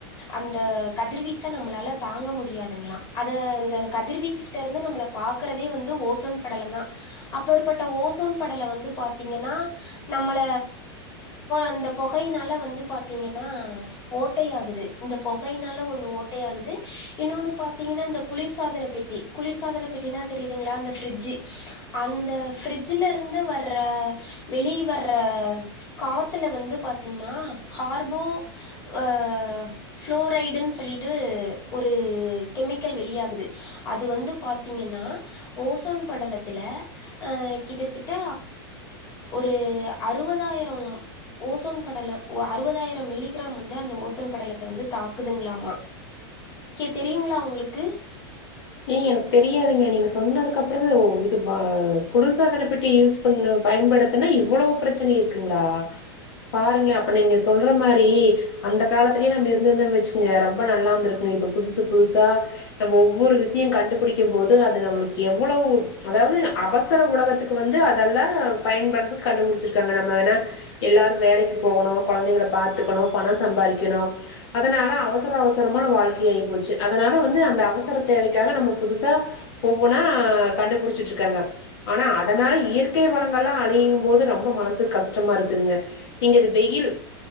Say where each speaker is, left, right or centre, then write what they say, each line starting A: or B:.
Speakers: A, on the left; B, on the left.
A: அந்த கதிர்வீச்ச நம்மளால தாங்க முடியாதுங்களா அத இந்த கதிர்வீச்சுகிட்ட இருந்து நம்மள பாக்கறதே வந்து ஓசோன் படலந்தா அப்பற்பட்ட ஓசோன் படலோ வந்து பாத்தீங்கன்னா நம்மள அந்த பொகையினால வந்து பாத்தீங்கன்னா ஓட்டையாகுது இந்த பொகையினால ஒன்னு ஓட்டையாகுது இன்னொன்னு பாத்தீங்கன்னா இந்த குளிர்சாதன பெட்டி குளிர்சாதன பெட்டினா தெரியுதுங்களா அந்த ஃபிரிட்ஜு அந்த ஃபிரட்ஜல இருந்து வர்ற வெளிய வர்ற காத்துல வந்து பாத்தீங்கன்னா கார்போ ஆ ஃப்ளோரைடுன்னு சொல்லிட்டு ஒரு கெமிக் கள் வெளியாகுது அது வந்து பாத்தீங்கன்னா ஓசோன் படலத்துல கிட்டத்தட்ட ஒரு அறுபதாயிரம் ஓசோன் படல அறுபதாயிரம் மில்லிகிராம் வந்து அந்த ஓசன் படலத்த வந்து தாக்குதுங்களாமா தெரியுங்களா உங்களுக் கு
B: ஏங்க எனக்கு தெரியாதுங்க. நீங்க சொன்னதுக்கு அப்பறந்தா இது குளிர்சாதன பெட்டி யூஸ் பண்ண பயன்படுத்துனா இவ்வளோ பிரச்சன இருக்குங்களா பாருங்களே அப்ப நீங்க சொல்ற மாரி அந்த காலத்திலே நம்ம இருந்திருந்தோன் வச்சுக்கோங்க ரொம்ப நல்லா இருந்துருக்குங்க இப்ப புதுசு புதுசா நம்ம ஒவ்வொரு விஸய ஸ்ஸயு கண்டுபிடிக்கும்போது அது நம்ளுக்கு எவ்வளவு அதாவது அவசர உலகத்துக்கு வந்து அதெல்லா பயன்பட்றதுக்கு கண்டுபிடிச்சிருக்காங்க நம்ம வேன எல்லாரு வேலைக்கு போகணு கொழந்தைகள பாத்துக்கணு பணோ சம்பாதிக்கணு அதனால அவசர அவசரமான வாழ்க்கை ஆகி போச்சு அதனால வந்து அந்த அவசரத் தேவைக்காக நம்ம புதுசா ஒவ்வொன்னா கண்டுபிடிச்சிட்ருக்காங்க ஆனா அதனால இயற்கை வளங்கள்லா அழியும்போது ரொம்ப மனசுக்கு கஷ்டமா இருக்குதுங்க வெயில்